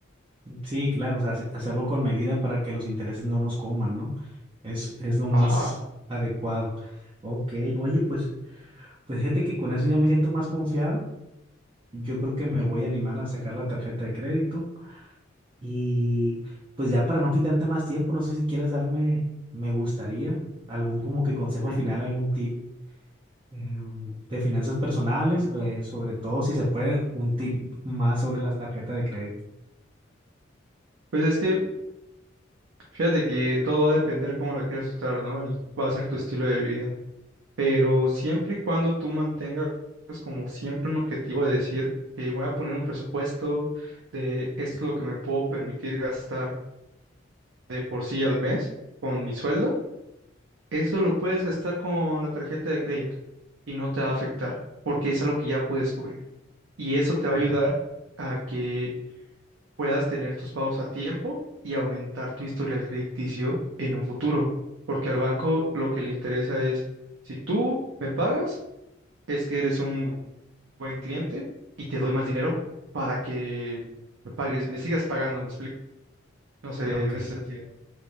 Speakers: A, on the right; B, on the right.
A: Sí, claro, o sea, hace- hacerlo con medida para que los intereses no nos coman, ¿no? Es, es lo más
B: Ajá.
A: adecuado. Ok, oye, pues, pues fíjate que con eso ya me siento más confiado. Yo creo que me
B: Ujú,
A: voy a animar a sacar la tarjeta de crédito Y pues ya para no quitarte más tiempo, no sé si quieres darme, me gustaría, algún como que consejo
B: ujú.
A: final, algún tip eh, de finanzas personales, eh, sobre todo si se puede, un tip más sobre las tarjetas de crédito.
B: Pues es que fíjate que todo va a depender cómo la quieras usar, ¿no? Y va a ser tu estilo de vida. Pero siempre y cuando tú mantengas como siempre un objetivo de decir que voy a poner un presupuesto de esto es lo que me puedo permitir gastar de por sí al mes con mi sueldo, eso lo puedes gastar con la tarjeta de crédito y no te va a afectar porque es algo que ya puedes cubrir. Y eso te va
A: Mm.
B: a ayudar a que puedas tener tus pagos a tiempo y aumentar tu historial crediticio en un futuro. Porque al banco lo que le interesa es, si tú me pagas, es que eres un buen cliente y te doy más dinero para que me pagues, me sigas pagando, ¿me explico? No sé,
A: Ah, Ok,
B: en ese sentido.